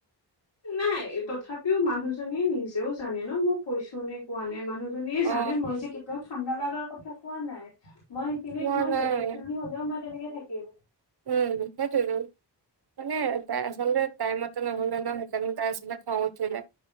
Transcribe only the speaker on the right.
অ
কোৱা
নাই
উম! সেইটোৱেইটো। মানে তাই আচলতে টাইমত নহ'লে ন' সেইকাৰণে তাইৰ আচলতে খং উঠিলে।